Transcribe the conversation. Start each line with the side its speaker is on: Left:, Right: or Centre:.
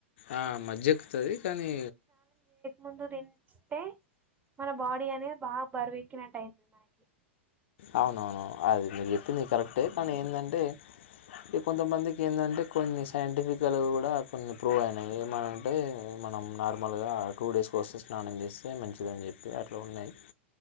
Left: ఆ మజ్జ ఎకుతుంది కానీ
Right: ముందు తింటే మన బాడీ అనేది బాగా బరువెక్కినట్టు అయితుంది నాకి
Left: అవునవును అది మీరు చెప్పింది కరెక్టే కానీ ఏంటంటే ఇ కొంతమందికి ఏంటంటే కొన్ని సైంటిఫికలు కూడా కొన్ని ప్రూవ్ అయినాయి ఏమని అంటే మనం నార్మల్గా టూ డేస్ కోస్తే స్నానం చేస్తే మంచిదని చెప్పి అట్లా ఉన్నాయి